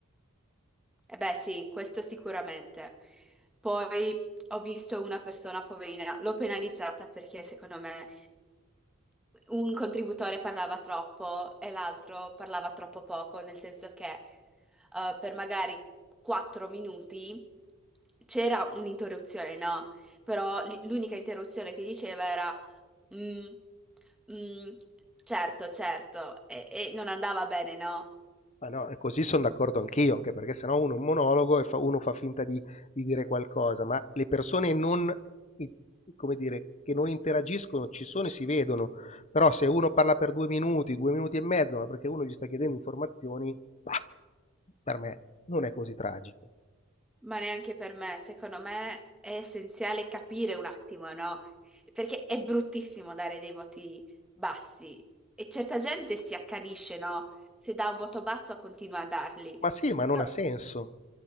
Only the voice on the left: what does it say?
Ma no, e così sono d'accordo anch'io, anche perché sennò uno è un monologo e fa- uno fa finta di, di dire qualcosa, ma le persone non, i- come dire, che non interagiscono ci sono e si vedono, però se uno parla per due minuti, due minuti e mezzo, ma perché uno gli sta chiedendo informazioni, bah, per me non è così tragico.
Ma sì, ma non
ha senso.